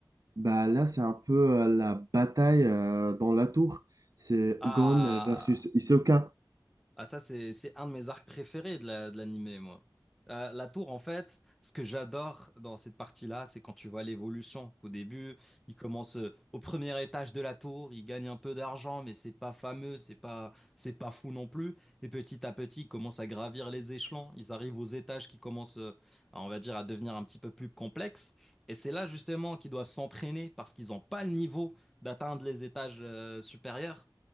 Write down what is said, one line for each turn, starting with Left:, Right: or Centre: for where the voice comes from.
Right: Bah là, c'est un peu euh, la bataille euh, dans la tour. C'est
Centre: Ah,
Right: Gon versus Hisoka.
Centre: ah ça c'est c'est un de mes arcs préférés de la, de l'animé, moi. Euh, la tour, en fait, ce que j'adore dans cette partie-là, c'est quand tu vois l'évolution. Qu'au début, il commence euh, au premier étage de la tour, il gagne un peu d'argent, mais c'est pas fameux, c'est pas c'est pas fou non plus. Et petit à petit, ils commencent à gravir les échelons. Ils arrivent aux étages qui commencent, euh, à, on va dire, à devenir un petit peu plus complexes. Et c'est là justement qu'ils doivent s'entraîner parce qu'ils n'ont pas le niveau d'atteindre les étages euh, supérieurs.